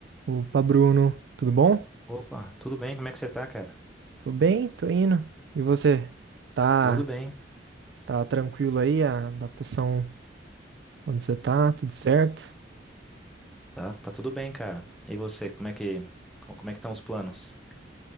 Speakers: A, on the right; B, in the centre.
A: Opa, Bruno, tudo bom?
B: Opa, tudo bem? Como é que você tá, cara?
A: Tô bem, tô indo. E você? Tá,
B: Tudo bem.
A: tá tranquilo aí? A adaptação onde você tá? Tudo certo?
B: Tá, tá tudo bem, cara. E você, como é que, co- como é que estão os planos?